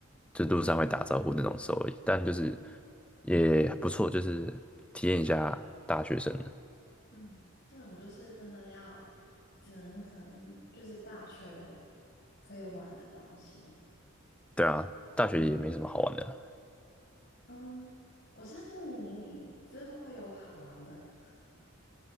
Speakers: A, in the centre; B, on the left.
A: 就路上会打招呼那种熟而已，但就是也不错，就是体验一下大学生的。
B: 嗯，这种就是真的要，只能可能就是大学可以玩的东西。
A: 对啊，大学也没什么好玩的啦，
B: 嗯嗯，我相信你之后会有好玩的。